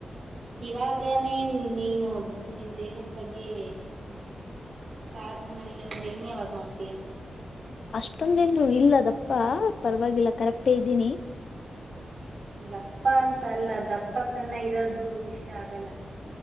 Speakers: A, on the right; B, on the left.
A: ಇವಾಗನೇ ನೀನು ನಿನ್ ದೇಹದ ಬಗ್ಗೆ ಕಾಳಜಿ ಮಾಡಿಲ್ಲ ಅಂದ್ರೆ ಇನ್ ಯಾವಾಗ ಮಾಡ್ತೀಯ?
B: ಅಷ್ಟೊಂದೇನು ಇಲ್ಲ ದಪ್ಪಾ ಪರವಾಗಿಲ್ಲ ಕರೆಕ್ಟೇ ಇದ್ದೀನಿ.
A: ದಪ್ಪ ಅಂತಲ್ಲ ದಪ್ಪ ಸಣ್ಣ ಇರೋದು ವಿಶ್ಯ ಆಗಲ್ಲ.